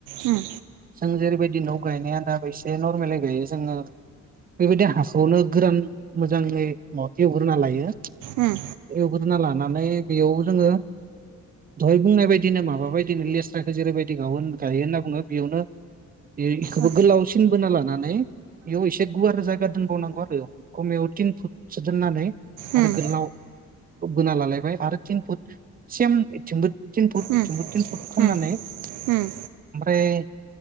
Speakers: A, on the right; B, on the right.
A: उम
B: जों जेरैबायदि न' गायनाया दाब एसे नरमेलै गायो जोङो बेबायदि हाखौआवनो गोरान मोजाङै माबा एवग्रोना लायो
A: उम
B: एवग्रोना लानानै बेयाव जोङो दहाय बुंनाय बदिनो माबा बायदिनो लेस्राखौ जेरैबायदि ग गायो होन्ना बुङो बेयावनो बे बेखौबो
A: औ
B: गोलावसिन बोना लानानै बेयाव एसे गुवार जायगा दोनबावनांगौ आरो खमायाव थिन फुटसो दोननानै
A: उम
B: आरो गोलाव बोना लालायबाय आरो थिन फुट सेमथिंबो थिन फुटथिंबो
A: उम
B: थिन फुट खालामनानै
A: उम
B: ओमफ्राय
A: उम